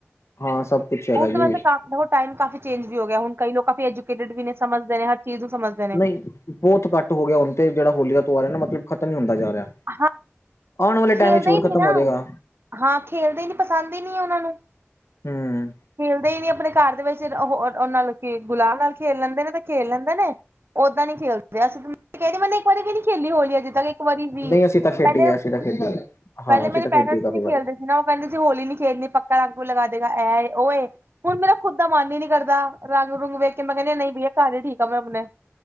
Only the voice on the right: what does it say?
ਹੁਣ
ਤਾਂ ਵੈਸੇ ਕਾਫ ਟਾਈਮ ਕਾਫੀ ਚੇਜ ਵੀ ਹੋ ਗਿਆ ਹੁਣ ਕ ਲੋਕ ਕਾਫੀ ਐਜੂਕੇਟਡ ਵੀ ਨੇ ਸਮਝਦੇ ਨੇ ਹਰ ਚੀਜ਼ ਨੂੰ ਸਮਝਦੇ ਨੇ
ਹਾਂ
ਖੇਲਦੇ
ਹੀ ਨੀ
ਨਾ
ਹਾਂ ਖੇਲਦੇ ਨੀ ਪਸੰਦ ਹੀ ਨਹੀਂ ਉਹਨਾਂ ਨੂੰ
ਖੇਲਦੇ ਹੀ ਨੀ ਆਪਣੇ ਘਰ ਦੇ ਵਿੱਚ ਉਹ ਉਹ ਨਾਲ ਗੁਲਾਬ ਨਾਲ ਖੇਲ ਲੈਂਦੇ ਨੇ ਤੇ ਖੇਲ ਲੈਂਦਾ ਨੇ ਉੱਦਾਂ ਨੀ ਖੇਲਦੇ ਅਸੀਂ ਕਹਿੰਦੇ ਮੈਨੇ ਇੱਕ ਵਾਰੀ ਵਿ ਨੀ ਖੇਲੀ ਹੋਲੀ ਆ ਜਿੱ ਤੱਕ ਇੱਕ ਵਾਰੀ ਵੀ
ਪਹਿਲੇ
ਪਹਿਲੇ
ਮੇਰੇ
ਪੇਰੈਂਟਸ
ਨੀ ਖੇਲਦੇ
ਸੀ ਨਾ ਉਹ ਕਹਿੰਦੇ ਸੀ ਹੋੌਲੀ ਨੀ ਖੇਲਣੀ ਪੱਕਾ ਰੰਗੂ ਲਗਾ ਦੇਗਾ ਇਹ ਉਹਏ ਹੁਣ ਮਤੂੰ ਖੁਦ ਦਾ ਮਨ ਹੀ ਨਹੀਂ ਕਰਦਾ ਰੰਗ ਰੂੰਗ ਵੇਖ ਕੇ ਮੈਂ ਕਹਿੰਦੀ ਨਹੀਂ ਬਈਆ ਘਰ ਹੀ ਠੀਕ ਆ ਮੈਂ ਆਪਣੇ